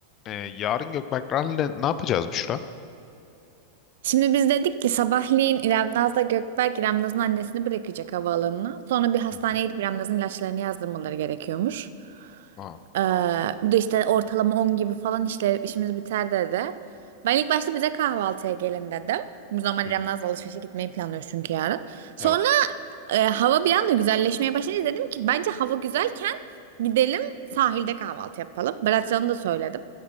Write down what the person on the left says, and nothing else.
Ee, yarın Gökberk Rally'le ne yapacağız Büşra?
Hı hı.
Aa.
Hı
hı.
Evet.